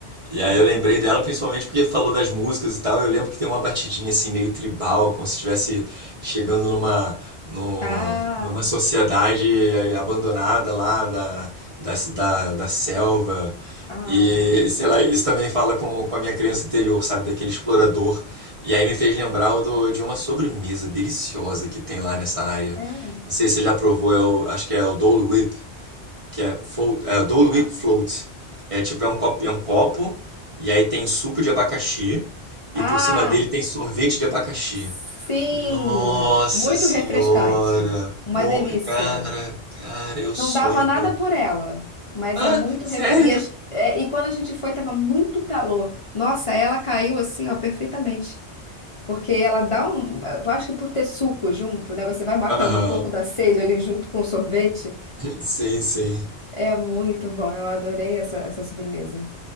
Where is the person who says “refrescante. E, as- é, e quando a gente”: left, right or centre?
Left